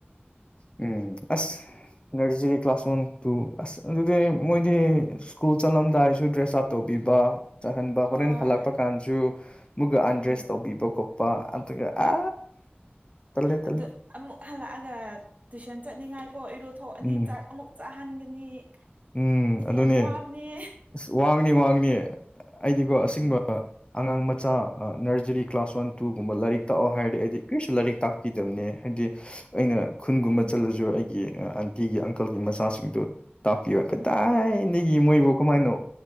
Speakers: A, on the left; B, on the right.
A: ꯎꯝ ꯑꯁ ꯅꯔꯖꯔꯤ ꯀ꯭ꯂꯥꯁ ꯋꯥꯟ ꯇꯨ ꯑꯁ ꯑꯗꯨꯗꯤ ꯃꯣꯏꯗꯤ ꯁ꯭ꯀꯨꯜ ꯆꯠꯂꯝꯗꯥꯏꯁꯨ ꯗ꯭ꯔꯦꯁ ꯑꯞ ꯇꯧꯕꯤꯕ ꯆꯠꯍꯟꯕ
B: ꯍꯣꯏ
A: ꯍꯣꯔꯦꯟ ꯍꯜꯂꯛꯄ ꯀꯥꯟꯁꯨ ꯃꯨꯒ ꯑꯟꯗ꯭ꯔꯦꯁ
B: ꯎꯝ
A: ꯇꯧꯕꯤꯕ ꯈꯣꯠꯄ ꯑꯗꯨꯒ ꯑ ꯇꯂꯦ ꯇꯂꯦ
B: ꯑꯗꯨ ꯑꯃꯨꯛ ꯍꯜꯂꯛꯑꯒ ꯇꯨꯏꯁꯟ ꯆꯠꯅꯤꯡꯉꯥꯏꯀꯣ ꯏꯔꯨꯊꯣꯛꯑꯅꯤ
A: ꯎꯝ
B: ꯆꯥꯛ ꯑꯃꯨꯛ ꯆꯥꯍꯟꯒꯅꯤ
A: ꯎꯝ
B: ꯑꯁ
A: ꯑꯗꯨꯅꯦ
B: ꯌꯥꯝ ꯋꯥꯕꯅꯦ
A: ꯑꯁ ꯋꯥꯡꯅꯤ ꯋꯥꯡꯅꯤ ꯑꯩꯗꯤꯀꯣ
B: ꯎꯝ
A: ꯑꯁꯦꯡꯕ ꯑꯉꯥꯡ ꯃꯆꯥ ꯅꯔꯖꯔꯤ ꯀ꯭ꯂꯥꯁ ꯋꯥꯟ ꯇꯨꯒꯨꯝꯕ ꯂꯥꯏꯔꯤꯛ ꯇꯥꯛꯑꯣ ꯍꯥꯏꯔꯗꯤ ꯑꯩꯗꯤ ꯀꯔꯤꯁꯨ ꯂꯥꯏꯔꯤꯛ ꯇꯥꯛꯄꯤꯗꯕꯅꯦ ꯍꯥꯏꯗꯤ ꯑꯩꯅ ꯈꯨꯟꯒꯨꯝꯕ
B: ꯎꯝ
A: ꯆꯠꯂꯁꯨ ꯑꯩꯒꯤ ꯑꯟꯇꯤꯒꯤ ꯑꯪꯀꯜꯒꯤ ꯃꯆꯥꯁꯤꯡꯗꯨ ꯇꯥꯛꯄꯤꯌꯨ ꯀꯗꯥꯏꯅꯤꯒꯤ
B: ꯎꯝ
A: ꯃꯣꯏꯕꯨ ꯀꯃꯥꯏꯅꯣ